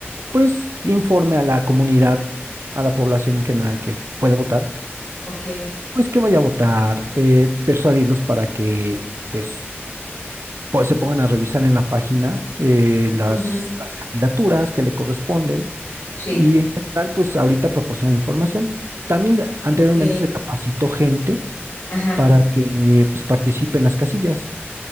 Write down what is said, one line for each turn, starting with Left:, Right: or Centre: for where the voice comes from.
Right: pues informe a la comunidad, a la población en general que puede votar,
Left: Ok.
Right: pues que vaya a votar, eh, persuadirlos para que pues, po- se pongan a revisar en la página eh, las,
Left: ujú,
Right: las candidaturas que le corresponden
Left: Sí,
Right: y en general pues ahorita proporciona información. También anteriormente
Left: ok.
Right: se capacitó gente
Left: Ajá.
Right: para que pues participe en las casillas.